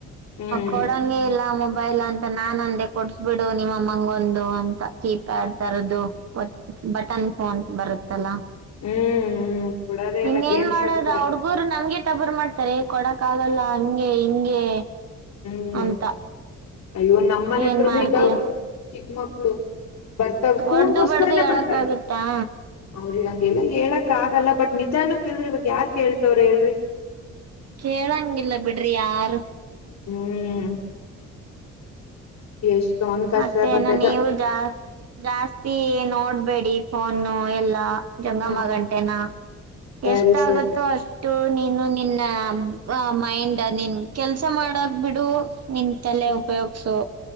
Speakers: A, on the left; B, on the right.
A: ಹ್ಮ್
B: ಕೊಡಂಗೆ
A: ಹ್ಮ್
B: ಇಲ್ಲ ಮೊಬೈಲ್ ಅಂತ ನಾನ್ ಅಂದೆ ಕೊಡ್ಸ್ಬಿಡು ನಿಮ್ಮಂಗ ಒಂದು ಅಂತ ಕೀಪ್ಯಾಡ್ ತರದು ಬಟನ್ ಫೋನ್ ಬರುತ್ತಲ್ಲಾ
A: ಹ್ಮ್ ಕೊಡೋದೇ ಇಲ್ಲ
B: ಇನ್ನ
A: ಗೇಮ್ಸ್
B: ಏನ್ ಮಾಡೋದ
A: ಆಡ್ತಾರೆ
B: ಅವಡು ರು ನಮ್ಗೆ ತಬರ್ ಮಾಡ್ತಾರೆ ಕೊಡಕ್ ಆಗಲ್ಲ ಹಂಗೆ ಹಿಂಗೆ
A: ಹ್ಮ್
B: ಅಂತ
A: ಅಯ್ಯೋ ನಮ್ ಮನೆ
B: ಏನ್
A: ಹತ್ರನು
B: ಮಾಡ್ತೀರ
A: ಇದಾವ್ರಿ ಚಿಕ್ಕ ಮಕ್ಳು ಬರ್ತವ್ ಫೋನ್ಗೋಸ್ಕರನೇ
B: ಒಡ್ದು ಬಡ್ದು ಹೇಳಕ್ಕಾಗುತ್ತಾ
A: ಬರ್ತವೆ ಅವ್ರಿಗ್ ಹಂಗ್ ಹೇಳಕ್ ಆಗಲ್ಲ ಬಟ್ ನಿಜಾನು ತಿಳಿದು ಇವಾಗ ಯಾರ್ ಕೇಳ್ತಾರ್ ಹೇಳ್ರಿ.
B: ಕೇಳಂಗಿಲ್ಲ ಬಿಡ್ರಿ ಯಾರು.
A: ಹ್ಮ್ ಎಷ್ಟೋಂದ್ ಕಷ್ಟ
B: ಮತ್ತೇನು
A: ಬರ್ತೈತ
B: ನೀವು ಜಾ ಜಾಸ್ತಿ ನೋಡ್ಬೇಡಿ ಫೋನು ಎಲ್ಲಾ ಜಂಗಮ್ಮ
A: ಹ್ಮ
B: ಗಂಟೆನ
A: ಸರಿ
B: ಎಷ್ಟ
A: ಸರಿ
B: ಆಗುತ್ತೋ ಅಷ್ಟು ನೀನು ನಿನ್ನ ಮೈಂಡ್ ನಿನ್ ಕೆಲ್ಸ ಮಾಡಕ್ ಬಿಡು ನಿನ್ ತಲೆ
A: ಹ್ಮ್
B: ಉಪಯೋಗಿಸು